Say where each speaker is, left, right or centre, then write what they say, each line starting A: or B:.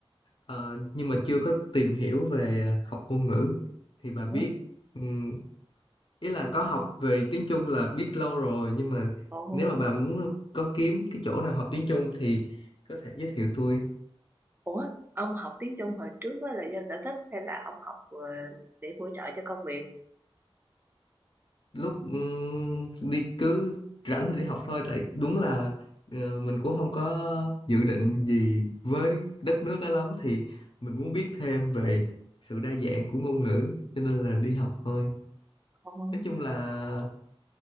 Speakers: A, on the left (about 55°); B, on the right (about 20°).
A: Ờ, nhưng mà chưa có tìm hiểu về ờ, học ngôn ngữ thì bà biết
B: Ủa?
A: ừm, ý là có học về tiếng Trung là biết lâu rồi nhưng mà
B: Ồ,
A: nếu mà bà muốn có kiếm cái chỗ nào học tiếng Trung thì có thể giới thiệu tôi
B: ủa? Ông học tiếng Trung hồi trước á là do sở thích hay là ông học ờ, để bổ trợ cho công việc?
A: lúc ừm, đi cứ rảnh thì đi học thôi tại đúng là ờ, mình cũng không có dự định gì với đất nước đó lắm thì mình muốn biết thêm về sự đa dạng của ngôn ngữ cho nên là đi học thôi
B: Ồ,
A: nói chung là